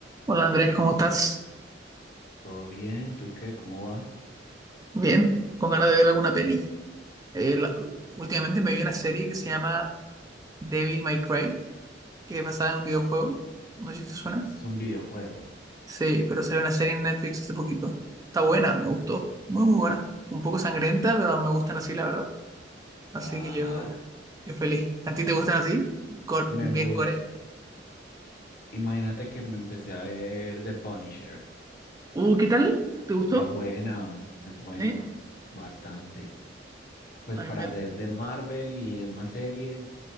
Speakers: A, on the right; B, on the left.
A: Hola Andrés, ¿cómo estás?
B: ¿Todo bien? ¿Tú qué? ¿Cómo vas?
A: Bien, con ganas de ver alguna peli. Eh, la- últimamente me vi una serie que se llama Devil May Cry, que es basada en un videojuego. No sé si te suena.
B: Este Es un videojuego.
A: Sí, pero salió una serie en Netflix hace poquito. Está buena, me gustó. Muy, muy buena. Un poco sangrienta, pero me gustan así, la verdad. Así
B: Ah,
A: que yo, yo feliz. ¿A ti te gustan así? Cor-
B: me
A: bien
B: gusta.
A: core.
B: Imagínate que me empecé a ver The Punisher.
A: Uh, ¿qué tal? ¿Te gustó?
B: Es buena, es buena,
A: Sí.
B: bastante. Pues
A: A
B: para
A: mí me...
B: hacer de Marvel y de una serie